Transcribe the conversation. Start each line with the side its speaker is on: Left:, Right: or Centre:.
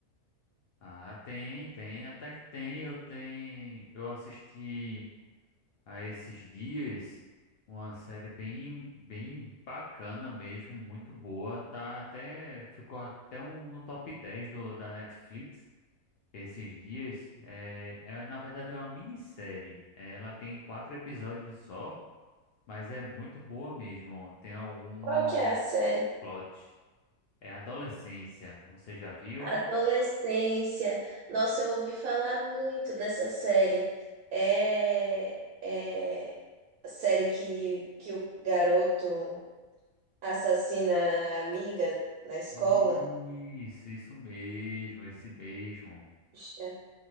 Left: Ah, tem, tem, até que tem. Eu tenho, eu assisti a esses dias uma série bem, bem bacana mesmo, muito boa. Tá até ficou até um, no top 10 do, da Netflix esses dias. É, é, na verdade é uma minissérie. Ela tem quatro episódios só, mas é muito boa mesmo. Tem algumas
Right: Qual que é a série?
Left: plot. É adolescência, você já viu?
Right: Adolescência. Nossa, eu ouvi falar muito dessa série. É, é a série que, que o garoto assassina a amiga na escola.
Left: Isso, isso mesmo, esse mesmo.
Right: Puxa.